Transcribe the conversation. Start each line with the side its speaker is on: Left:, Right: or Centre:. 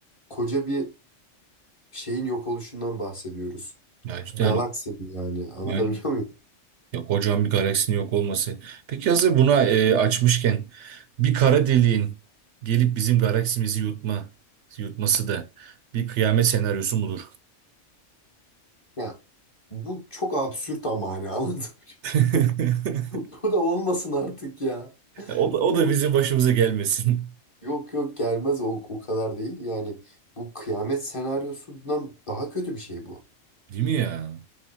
Left: koca bir şeyin yok oluşundan bahsediyoruz.
Right: Ya işte
Left: Galaksinin
Right: yani
Left: yani anlatabiliyor
Right: yani
Left: muyum?
Right: ya kocaman bir galaksinin yok olması. Peki hazır buna e, açmışken bir kara deliğin gelip bizim galaksimizi yutma yutması da bir kıyamet senaryosu mudur?
Left: Ya bu çok absürt ama hani <laughs> anlatabiliyor
Right: <laughs>
Left: muyum? Bu da olmasın artık ya.
Right: O
Left: Bu
Right: da, o da bizim başımıza gelmesin.
Left: yok yok gelmez o, o kadar değil. Yani bu kıyamet senaryosundan daha kötü bir şey bu.
Right: Değil mi ya?